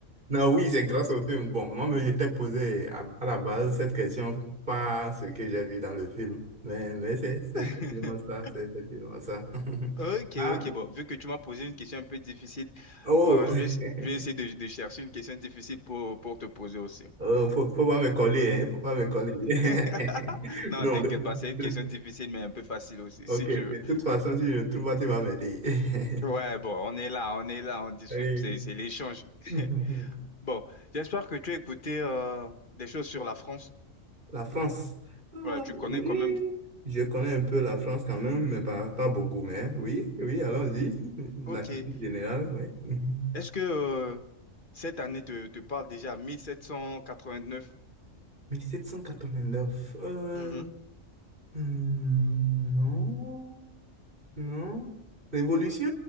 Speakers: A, on the right (about 40°); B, on the left (about 40°).
A: Non, oui, c'est grâce au film. Bon, moi, je j'étais posé à, à la base cette question par ce que j'ai vu dans le film. Mais, mais c'est c'est
B: <laughs>
A: effectivement ça, c'est effectivement ça. <laughs>
B: Ok,
A: Ah,
B: ok, bon, vu que tu m'as posé une question un peu difficile,
A: oh,
B: bon, je vais, je
A: <laughs>
B: vais essayer de, de chercher une question difficile pour, pour te poser aussi.
A: oh, faut, faut pas me coller, hein, faut pas me coller. <laughs>
B: <laughs> Non,
A: Non,
B: t'inquiète
A: de, de-
B: pas, c'est
A: de-
B: une question difficile, mais un peu facile aussi,
A: ok,
B: si tu veux.
A: de toute façon, si je ne trouve pas, tu vas m'aider. <laughs>
B: Ouais, bon, on est là, on est là, on discute,
A: Oui.
B: c'est, c'est l'échange. <laughs>
A: <laughs>
B: Bon, j'espère que tu as écouté euh, des choses sur la France.
A: La France. Ah,
B: Ouais, tu
A: oui,
B: connais quand même.
A: je connais un peu la France quand même, mais pas, pas beaucoup. Mais hein. oui, oui, allons-y. <laughs> La
B: Ok.
A: culture générale, oui. <laughs>
B: Est-ce que euh, cette année te, te parle déjà 1789?
A: Mille sept cent quatre-vingt-neuf, Euh,
B: Mhm.
A: hmm, non, non. Révolution,